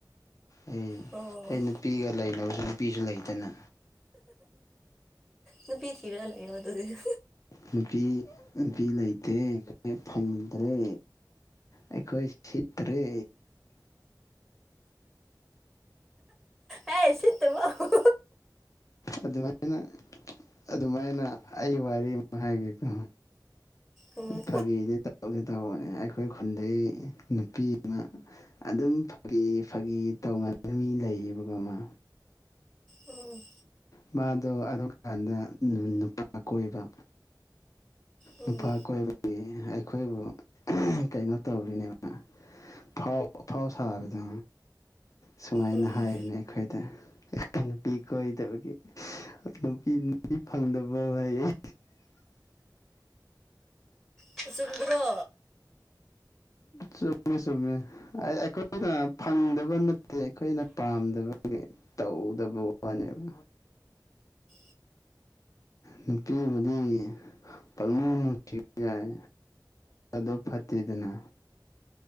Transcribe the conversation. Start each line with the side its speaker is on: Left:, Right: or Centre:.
Left: ꯑꯩ
Centre: ꯑꯣ
Left: ꯑꯩ ꯅꯨꯄꯤꯒ ꯂꯩꯅꯕꯁꯤꯡ ꯅꯨꯄꯤꯁꯨ ꯂꯩꯇꯅ
Centre: ꯅ ꯄꯊꯔ ꯂꯩꯣ ꯑꯗꯨꯗꯤ
Left: ꯅꯨꯄꯤ ꯅꯨꯄꯤ ꯂꯩꯇꯦ ꯐꯪꯗ꯭ꯔꯦ ꯑꯩꯈꯣꯏ ꯁꯤꯠꯇꯔꯦ
Centre: ꯍꯥꯏ ꯁꯤꯠꯇ ꯕꯨꯨ
Left: ꯑꯗꯨꯃꯥꯏꯅ ꯑꯗꯨꯃꯥꯏꯅ ꯑꯩ ꯋꯥꯔꯤ ꯑꯃ ꯍꯥꯏꯒꯦꯀꯣ
Centre: ꯎꯝ
Left: ꯐꯥꯒꯤꯗꯤ ꯇꯗꯤ ꯇꯧꯅꯦ ꯑꯩꯈꯣꯏ ꯈꯨꯟꯗꯒꯤ ꯅꯨꯄꯤ ꯑꯃ ꯑꯗꯨꯝ ꯐꯥꯒꯤ ꯐꯥꯒꯤ ꯇꯧꯅꯅꯕ ꯃꯤ ꯂꯩꯌꯦꯕꯒ ꯃꯥ
Centre: ꯎꯝ
Left: ꯃꯥꯗꯣ ꯑꯗꯨꯀꯥꯟꯗ ꯅꯨꯄꯥ ꯀꯣꯏꯕ
Centre: ꯎꯝ
Left: ꯅꯨꯄꯥ ꯀꯣꯏꯕꯒꯤ ꯑꯩꯈꯣꯏꯕꯨ ꯀꯩꯅꯣ ꯇꯧꯔꯤꯅꯦꯕ ꯐꯥꯎ ꯐꯥꯎ ꯁꯥꯕꯗ ꯁꯨꯃꯥꯏꯅ
Centre: ꯎꯝ
Left: ꯍꯥꯏꯔꯤꯅꯦ ꯑꯩꯈꯣꯏꯗ ꯅꯨꯄꯤ ꯀꯣꯏꯗꯕꯒꯤ ꯅꯨꯄꯤ ꯅꯨꯄꯤ ꯐꯪꯗꯕ ꯑꯣꯏꯍꯩ
Centre: ꯆꯨꯝꯗ꯭ꯔꯣ
Left: ꯆꯨꯝꯃꯦ ꯆꯨꯝꯃꯦ ꯑꯩꯈꯣꯏꯅ ꯐꯪꯗꯕ ꯅ ꯤ ꯑꯩꯈꯣꯏꯅ ꯄꯥꯝꯗꯕꯒꯤ ꯇꯧꯗꯕ ꯋꯥꯅꯦꯕ
Centre: <unintelligible>
Left: ꯅꯨꯄꯤꯕꯨꯗꯤ ꯄꯥꯂꯨꯡ ꯅꯨꯡ ꯊꯤ ꯌꯥꯏ ꯑꯗꯨ ꯐꯠꯇꯤꯗꯅ